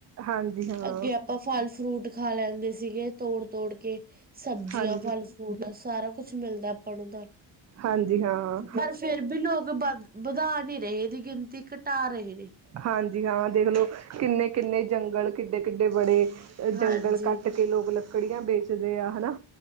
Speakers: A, on the right; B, on the right.
A: ਹਾਂਜੀ ਹਾਂ
B: ਅੱਗੇ ਆਪਾਂ ਫਲ ਫਰੂਟ ਖਾ ਲੈਂਦੇ ਸੀਗੇ ਤੋੜ ਤੋੜ ਕੇ ਸਬਜ਼ੀਆਂ
A: ਹਾਂਜੀ।
B: ਫਲ ਛਰੂਟ ਸਾਰਾ ਕੁਛ ਮਿਲਦਾ ਆਪਾਂ ਨੂੰ ਤਾ
A: ਹਾਂਜੀ ਹਾਂ
B: ਪਰ ਫੇਰ ਵੀ ਲੋਕ ਵਧ ਵਧਾ ਨਹੀਂ ਰਹੇ ਇਹਦੀ ਗਿਣਤੀ ਘਟਾ ਰਹੇ ਨੇ
A: ਹਾਂਜੀ ਹਾਂ ਦੇਖਲੋ ਕਿੰਨੇ ਕਿੰਨੇ ਜੰਗਲ ਕਿੱਡੇ ਕਿੱਡੇ ਬੜੇ
B: ਹਾਂਜੀ
A: ਜੰਗਲ ਕੱਟ ਕੇ ਲੋਕ ਲੱਕੜੀਆਂ ਵੇਚਦੇ ਆ ਹਨਾ